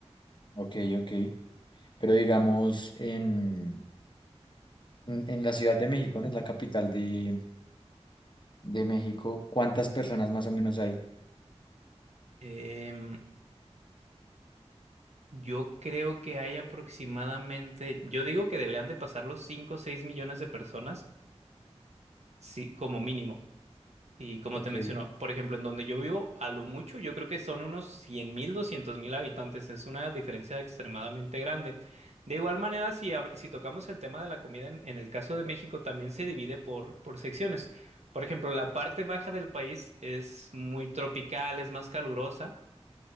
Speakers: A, on the left (about 45°); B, on the right (about 75°).
A: Ok, ok. Pero digamos, en, en, en la Ciudad de México, ¿no? Es la capital de, de México. ¿Cuántas personas más o menos hay?
B: Em, yo creo que hay aproximadamente, yo digo que deberían de pasar los 5, o 6 millones de personas, sí, como mínimo. Y como
A: Ok.
B: te menciono, por ejemplo, en donde yo vivo, a lo mucho, yo creo que son unos cien mil, doscientos mil habitantes. Es una diferencia extremadamente grande. De igual manera, si, habl- si tocamos el tema de la comida, en, en el caso de México, también se divide por, por secciones. Por ejemplo, la parte baja del país es muy tropical, es más calurosa.